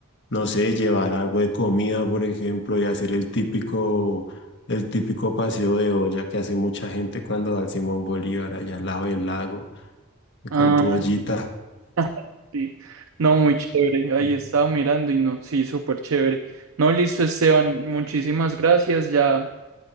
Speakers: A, on the left; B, on the right.
A: no sé, llevar algo de comida, por ejemplo, y hacer el típico, el típico paseo de olla que hace mucha gente cuando va al Simón Bolívar, allá al lado del lago,
B: Ah,
A: con tu ollita.
B: <laughs> sí. No, muy chévere. Ahí
A: Mm.
B: estaba mirando y no, sí, súper chévere. No, listo, Esteban, muchísimas gracias. Ya,